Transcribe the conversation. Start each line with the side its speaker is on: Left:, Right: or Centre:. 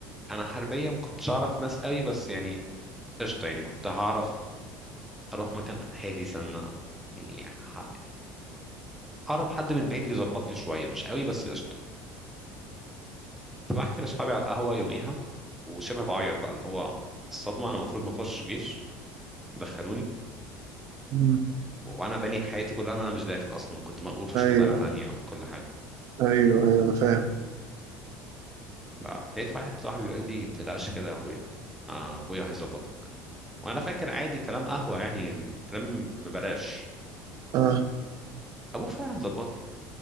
Centre: أنا حربية ما كنتش أعرف ناس قوي بس يعني قشطة يعني كنت هعرف أروح مكان هادي سنة يعني ه- أعرف حد من بعيد يظبطني شوية مش قوي بس قشطة فبحكي لأصحابي على القهوة يوميها وشبه بعيط بقى اللي هو الصدمة أنا المفروض ما أخشش جيش دخلوني
Right: مم.
Centre: وانا باني حياتي كلها إن انا مش داخل اصلا وكنت مقبول في
Right: أيوه
Centre: شغلانه تانية وكل حاجه
Right: أيوه أيوه أنا فاهم
Centre: فلقيت واحد صاحبي بيقول لي ما تقلقش كده يا اخويا آه، ابويا هيظبطك وانا فاكر عادي كلام قهوه يعني الكلام ببلاش
Right: آه
Centre: ابوه فعلا ظبط لي